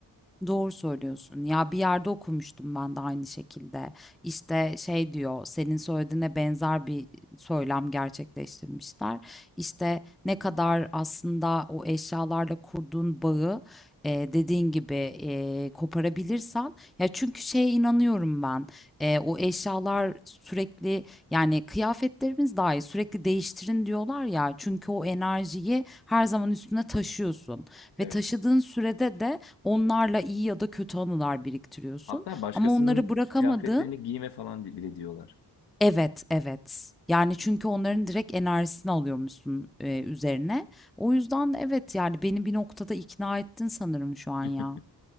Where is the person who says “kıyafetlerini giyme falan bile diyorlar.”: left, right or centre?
Left